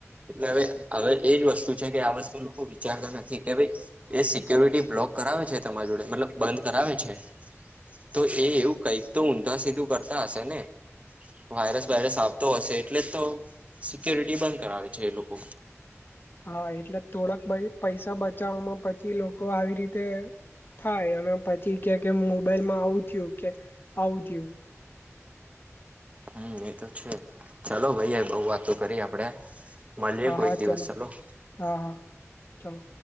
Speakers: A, on the right; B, on the left.
A: એટલે હવે, હવે એજ વસ્તુ છે કે આ વસ્તુ લોકો વિચારતા નથી કે ભાઈ. એ સિક્યોરિટી બ્લોક કરાવે છે તમારા જોડે, મતલબ બંધ કરાવે છે. તો એ એવું કંઈક તો ઊંધા સીધું કરતા હશે ને. વાયરસ વાયરસ આવતો હશે, એટલે જ તો સિક્યોરિટી બંધ કરાવે છે એ લોકો.
B: હા, એટલે થોડાકાઈ પૈસા બચાવમાં પછી લોકો આવી રીતે થાય અને પછી કે, કે મોબાઈલમાં આવું થયું કે આવું થયું.
A: હમ, એ તો છે. ચાલો ભાઈ, બઉ વાત કરી આપડે. મળીએે
B: હા
A: કોઈક
B: હા
A: દિવસ, ચલો હ.
B: હા હા ચલો